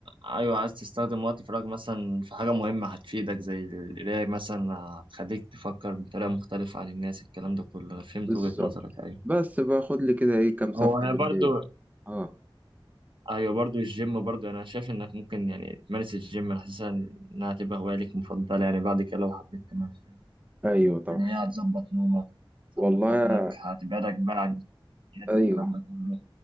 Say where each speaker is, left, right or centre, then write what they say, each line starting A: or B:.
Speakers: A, on the right; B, on the right.
A: ايوه عايز تستخدم وقت فراغ مثلا في حاجه مهمه هتفيدك زي القرايه مثلا هتخليك تفكر بطريقه مختلفه عن الناس الكلام ده كله انا فهمت
B: بالظبط
A: وجهه نظرك ايوه
B: بس باخد لي كده ايه كام صفحة
A: هو انا
B: بالليل
A: برضو
B: اه
A: ايوه برضو الجيم برضو انا شايف انك ممكن يعني تمارس الجيم انا حاسسها انها تبقى هوايه ليك مفضله يعني بعد كده لو حبيت تمارسها
B: ايوه طبعا
A: يعني هي هتظبط نومك
B: والله
A: هتظبط اكلك هتبعدك بقى عن السكريات
B: ايوه
A: الكلام ده كله